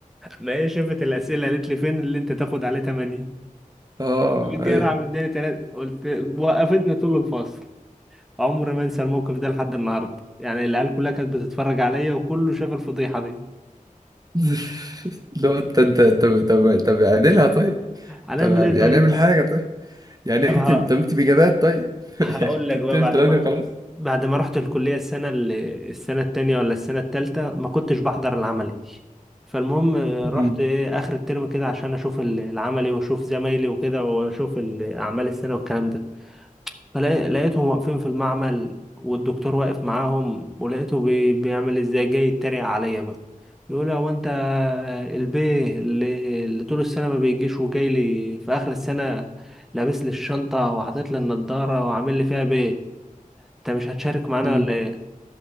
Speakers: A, in the centre; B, on the right.
A: ما هي شافت الاسئله قالت لي فين اللي انت تاخد عليه 8
B: اه
A: متجرع
B: ايوه
A: مداني ثلاثة قلت وقفتني طول الفصل عمري ما انسى الموقف ده لحد النهارده يعني العيال كلها كانت بتتفرج عليا وكله شاف الفضيحه دي
B: <laughs> لو انت انت طب طب طب اعدلها طيب
A: هنعمل
B: طب
A: ايه
B: يعني
A: طيب
B: اعمل حاجة طيب يعني
A: طب
B: اكتب
A: ه-
B: طب اكتب اجابات طيب <laughs>
A: هقول
B: يعني
A: لك
B: تكتب
A: بقى بعد
B: تلاقيني
A: ما
B: خلاص
A: بعد ما رحت الكلية السنة اللي السنة التانية ولا السنة التالتة ما كنتش بحضر العملي فالمهم آه،
B: امم
A: رحت إيه آخر الترم كده عشان أشوف ال- العملي وأشوف زمايلي وكده وأشوف ال- أعمال السنة والكلام ده فلقيتهم واقفين في المعمل والدكتور واقف معاهم ولقيته بي... بيعمل إزاي جاي يتريق عليا بقى يقول هو أنت البيه اللي... اللي طول السنة ما بيجيش وجاي لي في آخر السنة لابس لي الشنطة وحاطط لي النضارة وعامل لي فيها بيه انت مش هتشارك معانا
B: امم
A: ولا